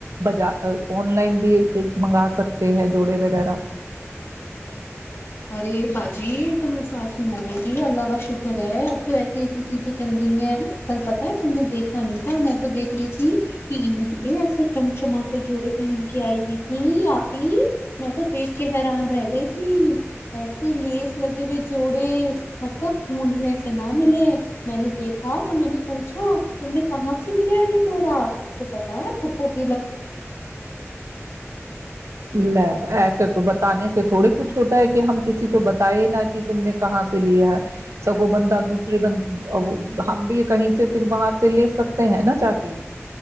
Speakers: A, on the right (about 75°); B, on the left (about 50°).
A: بجا آن لائن بھی منگا سکتے ہیں جوڑے وغیرہ
B: ارے باق جی تم وشواس نہیں مالے ج اللہگ شکر ہے آپ ایسی چیزیں چل گئی ہیں کل پتا ہے تم نے دیکھا نہیں تھا میں تو دیکھ رہی تھی کہ عید پہ ایسے چمچمتے جوڑے پہن کے آئی ہوئی تھی آپی میں تو دیکھ کہ حیران رہ گئی تھی ایسے لیس لگے ہوئے جوڑے مطلب ڈھونڈنے سے نہ ملے میں نے دیکھا تو میں نے پوچھا تم نے کہاں سے لیا یہ جوڑا تو پتا ہے پھپو کے
A: ل ایسے تو بتانے سے تھوڑے کچھ ہوتا ہے کہ ہم کسی کو بتائے نا کہ تم نے کہاں سے لیا ہے سگو بندہ دوسرے ب ہم بھی کہیں سے پھر وہاں سے لے سکتے ہیں نا جا کے